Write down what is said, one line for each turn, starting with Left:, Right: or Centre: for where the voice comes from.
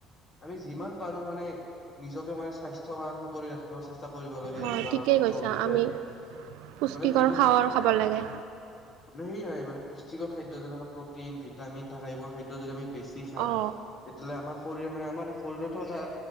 Left: আমি যিমান পাৰো মানে নিজকে মানে স্বাস্থ্যৱান কৰি ৰাখ- চেষ্টা কৰিব লাগে
Right: অ
Left: উদাহৰণ
Right: ঠিকেই কৈছা
Left: স্বৰূপে-
Right: আমি পুষ্টিকৰ
Left: মানে যিবোৰ,
Right: খাৱাৰ খাব লাগে
Left: মানে হেৰি হয় মানে পুষ্টিকৰ খাদ্য যেনেকুৱা- প্ৰটিন ভিটামিন থকা এইবোৰ খাদ্য যদি আমি বেছি খাওঁ।
Right: অ
Left: তেতিয়াহ'লে আমাৰ শৰীৰ মানে আমাৰ শৰীৰতো এটা।